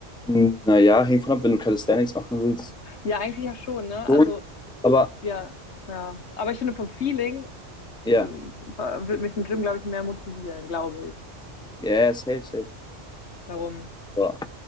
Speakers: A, in the centre; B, on the left.
A: Naja, hängt von ab, wenn du Calisthenics machen willst.
B: Ja, eigentlich ja schon, ne?
A: So,
B: Also,
A: aber
B: ja, ja. Aber ich finde, vom Feeling mm,
A: ja,
B: wird mich ein Gym, glaube ich, mehr motivieren, glaube ich.
A: ja, safe, safe.
B: Darum,
A: Ja.